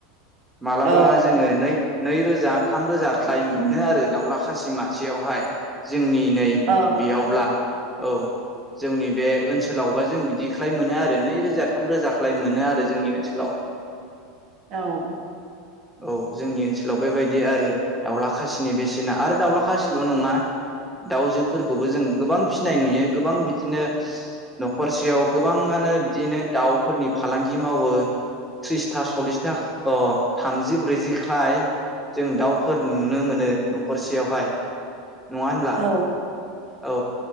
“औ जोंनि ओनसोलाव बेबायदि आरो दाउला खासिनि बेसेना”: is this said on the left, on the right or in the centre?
Centre